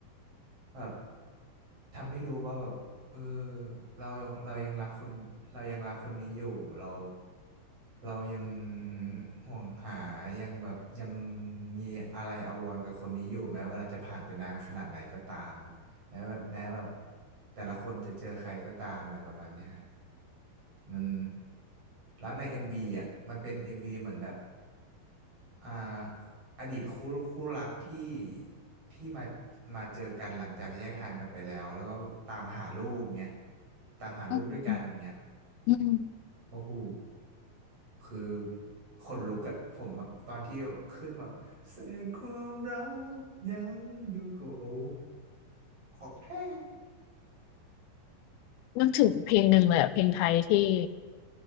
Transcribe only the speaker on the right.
แบบ ทำให้รู้ว่าแบบเออเราเรายังรักคนเรายังรักคนนี้อยู่เราเรายังห่วงหายังแบบยังมีอะไรอาวรณ์กับคนนี้อยู่แม้เวลาจะผ่านไปนานขนาดไหนก็ตามแม้ว่าแม้แบบแต่ละคนจะเจอใครก็ตามอะไรประมาณเนี้ยฮะมันแล้วใน MV อมวีอ่ะมันเป็น MV เหมือนแบบ อ่าอดีตคู่คู่รักที่ที่มามาเจอกันหลังจากแยกทางกันไปแล้วแล้วก็ตามหาลูกเงี้ยตามหาลูกด้วยกันเงี้ย
โอ้โหคือขนลุกอะผมแบบตอนที่แบบขึ้นมาเศษความรักยังอยู่คือว่าโอ้ของแท้